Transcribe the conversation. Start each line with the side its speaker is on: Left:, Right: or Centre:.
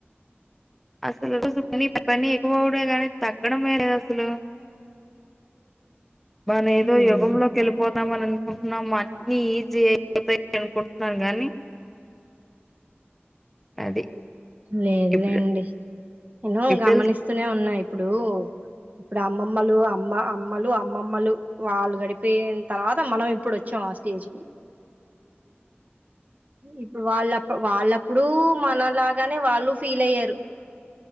Centre: అసలు పని ఎక్కువవడమే కానీ తగ్గడమే లేదు అసలు మన ఏదో
Right: ఉమ్
Centre: యుగంలో లోకి వెళ్ళిపోతామని అనుకు టున్నాము అన్ని ఈజీ అయిపోతాయి అనుకుంటున్నాను గానీ అది
Right: లేదులేండి
Centre: ఎప్పుడు
Right: మినిమం
Centre: ఎప్పుడు
Right: గమనిస్తూనే ఉన్నాయి ఇప్పుడూ ఇప్పుడు అమ్మమ్మలు అమ్మ అమ్మలు అమ్మమ్మలు వాళ్ళు గడిపి పెయిన తర్వాత మనం ఇప్పుడు వ వచ్చాం స్టేజ్ కి ఇప్పుడు వాళ్ళ వాళ్ళప్పుడు మనలాంటి కాగానే వాళ్ళు ఫీల్ అయ్యారు